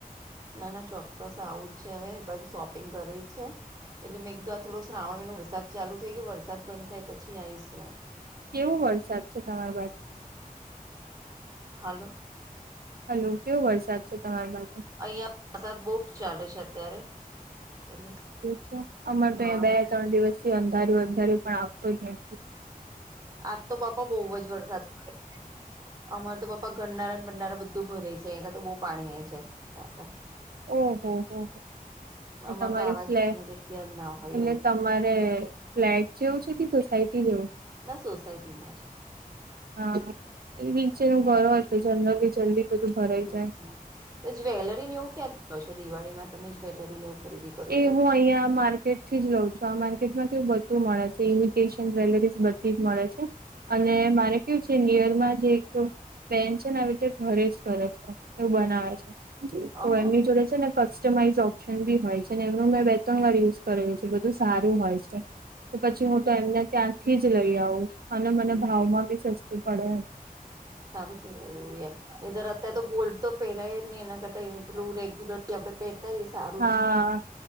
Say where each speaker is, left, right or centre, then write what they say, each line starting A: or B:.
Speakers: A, on the right (about 25°); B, on the right (about 85°).
A: ના ના ચોક્કસ આવું જ છે હવે બધ શોપિંગ કરવી જ છે એટલે મેં કીધું આ થોડો શ્રાવણ મહિનો વરસાદ ચાલુ થઈ ગયો વરસાદ બંધ થાય પછી આવીશું એમ
B: કેવો વરસાદ છે તમાર બાજુ?
A: હાલો!
B: હલો કેવો વરસાદ છે તમારે બાજુ?
A: અહિયાં પ્રસાદ બહુ ચાલે છે અત્યારે એટલે
B: છે અમાર તો
A: હા
B: અ બે
A: હા
B: ત્રણ દિવસથી અંધારે અંધારે પણ આવતો જ નથી
A: આજ તો બાપા બહુ જ વરસાદ પડે. અમાર તો પાપ્પા ગરનારાને બનનારા બધું ભરે છે એ તો બહ પાણી આયી જાય હ હા
B: ઓહ હો હો
A: અમારે
B: એ તમારે
A: તો આવા
B: ફ્લેટ
A: જવાની જગ્યા જ ના હોય
B: એટલે
A: એવું થાય
B: તમારે? ફ્લેટ જેવું છે કે સોસાયટી જેવું છે?
A: ના સોસાયટી માં જ
B: હા નીચેનું ઘર
A: હમ
B: હોય તો જનરલી જલ્દી બધું ભરાઈ
A: હમ
B: જાયવ
A: હમ તો જ્વેલરી ને એવું ક્યાંથી લ્યો છો દિવાળીમાં તમે જ્વેલરીને એવું? ખરીદી કરવું
B: એવું
A: હોય તો
B: અહીંયા માર્કેટ થી જ લઉં છું આ માર્કેટમાં કેવું બધું મળે છે ઇમિટેશન જ્વેલરીઝ બધી જ મળે છે અને મારે કયુ છે નીયરમાં જે એક તો બેન છે ને આવી રીતે ઘરે જ કરે છે એવું બનાવે છે. તો
A: અહ
B: એમની જોડે છે ને કસ્ટમાઈઝ ઓપ્શન બી હોય છે એનું મેં બે ત્રણ વાર યુઝ કરેલું છે બધું સારું હોય છે. તો પછી હું તો એમને ત્યાંથી જ લઈ આવું અને મને
A: હમ
B: ભાવમાં બી સસ્તું પડે
A: સારું કહેવાય એવું એ નીતર અત્યારે તો ગોલ્ડ તો પહેરાય ને એના કરતા ઈન્કલુડ એકયુલેટ આપણે પહે તો ઈ સારૂ
B: હા